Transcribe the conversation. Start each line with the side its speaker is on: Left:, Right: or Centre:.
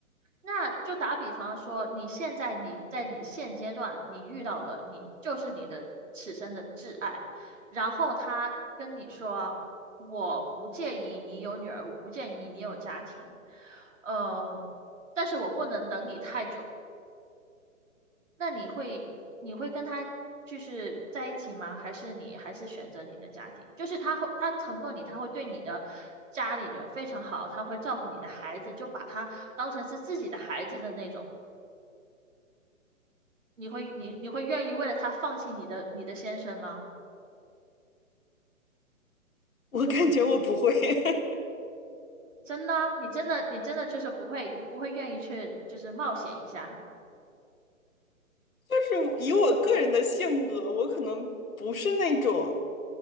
Right: 那就打比方说，你现在你在你现阶段你遇到了你就是你的此生的挚爱，然后他跟你说我不介意你有女儿，我不介意你有家庭，嗯、呃但是我不能等你太久。那你会你会跟他就是在一起吗？还是你还是选择你的家庭？就是他会他承诺你，他会对你的家里人非常好，他会照顾你的孩子，就把他当成是自己的孩子的那种。你会你你会愿意为了他放弃你的你的先生吗？
Left: 我感觉我不会，<laughs>
Right: 真的啊你真的你真的就是不会不会愿意去就是冒险一下。
Left: 就是以我个人的性格，我可能不是那种